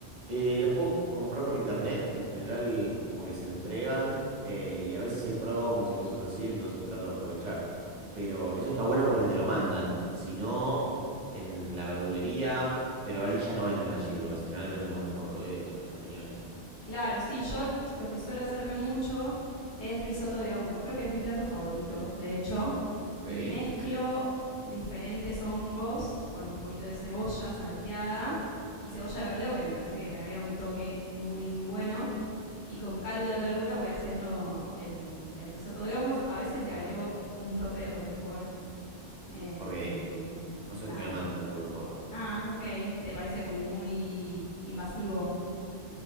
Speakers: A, on the right (about 40°); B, on the left (about 70°).
A: Eh, los puedo comprar por internet, en general como que se entregan eh, y a veces hay promos y cosas así, entonces trato de aprovechar. Pero eso está bueno porque te lo mandan, si no, en la verdulería, pero ahí ya no venden las gírgolas, en general venden más los portobelos o los champiñones.
B: Claro, sí, yo lo- lo que suelo hacerme mucho es risotto de hongos. Creo que es mi plato favorito,
A: Sí.
B: de hecho.
A: Ok,
B: Y mezclo diferentes hongos con un poquito de cebolla salteada y cebolla de verdeo, que me parece que le agrega un toque muy, muy bueno. Y con caldo de verduras voy haciendo el, el risotto de hongos. A veces le
A: bueno,
B: agrego un toque de roquefort eh,
A: ok,
B: y
A: no soy
B: nada.
A: muy amante del Roquefort.
B: Ah, ok. Te parece como muy invasivo.